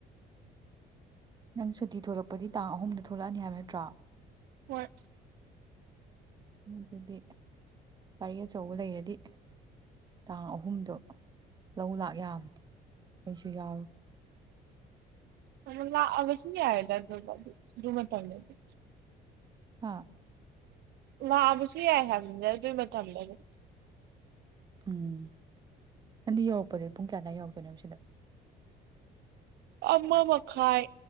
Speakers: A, on the right; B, on the right.
A: ꯅꯪ ꯁꯨꯇꯤ ꯊꯣꯂꯛꯄꯗꯤ ꯇꯥꯡ ꯑꯍꯨꯝꯗ ꯊꯣꯛꯂꯛꯑꯅꯤ ꯍꯥꯏꯕ ꯅꯠꯇ꯭ꯔꯥ
B: ꯍꯣꯏ
A: ꯑꯗꯨꯗꯤ ꯒꯥꯔꯤ ꯑꯆꯧꯕ ꯂꯩꯔꯗꯤ ꯇꯥꯡ ꯑꯍꯨꯝꯗꯣ ꯂꯧ ꯂꯥꯛ ꯌꯥꯝꯕꯅꯤ ꯑꯩꯁꯨ ꯌꯥꯎꯔꯒꯥ
B: <unintelligible> ꯂꯥꯛꯑꯕꯁꯨ ꯌꯥꯔꯦꯗ ꯑꯗꯨ ꯑ ꯑꯗꯨ ꯃꯇꯝꯗꯗꯤ
A: ꯍꯥꯥ
B: ꯂꯛ ꯑꯕꯥꯁꯨ ꯌꯥꯏ ꯍꯥꯏ ꯑꯗꯨ ꯃ ꯊꯝꯗꯗ
A: ꯎꯝ ꯅꯪꯗꯤ ꯌꯧꯔꯛꯄꯗꯒꯤ ꯄꯨꯡ ꯀꯌꯥ ꯑꯋꯥꯏ ꯌꯧꯔꯛꯇꯣꯏꯅꯣ ꯁꯤꯗ
B: ꯑꯃ ꯃꯈꯥꯏ